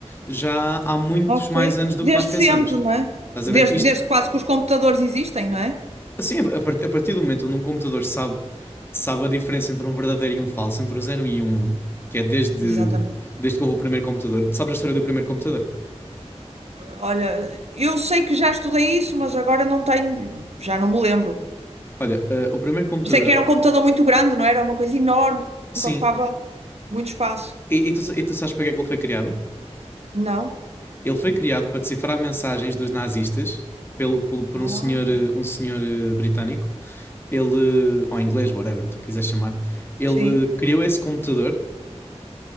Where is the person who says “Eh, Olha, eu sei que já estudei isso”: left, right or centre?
Right